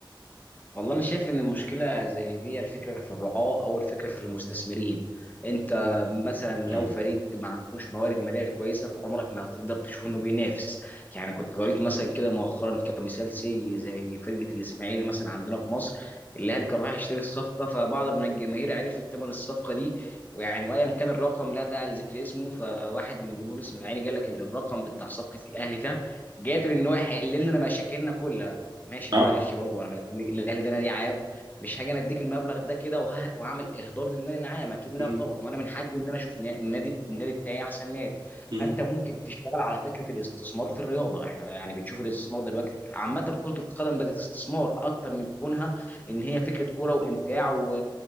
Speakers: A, on the left; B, on the right.
A: والله انا شايف ان المشكله زي دي الفكره في الرعاه او الفكره في المستثمرين انت مثلا
B: مم.
A: لو فريق ما عندوش موارد ماليه كويسه فعمرك ما هتقدر تشوف انه بينافس يعني كنت قريت مثلا كده مؤخرا كمثال سي زي فرقه الاسماعيلي مثلا عندنا في مصر الاهلي كان راح يشتري الصفقه فبعض من الجماهير عرفت ثمن الصفقه دي ويعني وايا كان الرقم لا داعي لذكر اسمه فواحد من جمهور الاسماعيلي قال لك ان الرقم بتاع صفقه الاهلي ده قادر ان هو يحل لنا مشاكلنا كلها ماشي
B: اه
A: معلش برضه انا الاهلي ده نادي عام مش هاجي انا اديك المبلغ ده كده وه- وهعمل اهدار للمال العام اكيد لا
B: مم.
A: طبعا وانا من حقي ان انا اشوف نا- النادي النادي بتاعي احسن نادي
B: مم.
A: فانت ممكن تشتغل على فكره الاستثمار في الرياضه احنا يعني بتشوف الاستثمار دلوقتي عامه كره القدم بقت استثمار اكتر من كونها ان هي فكره كوره وامتاع و...